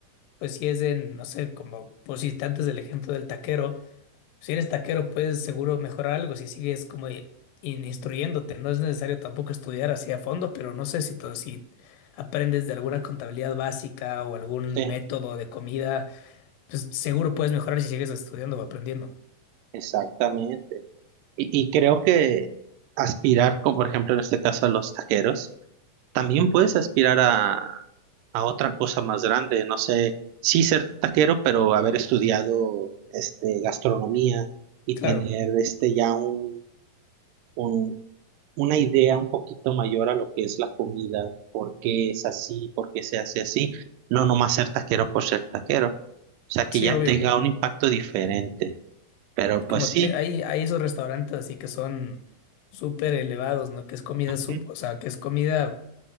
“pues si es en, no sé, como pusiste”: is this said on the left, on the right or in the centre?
Left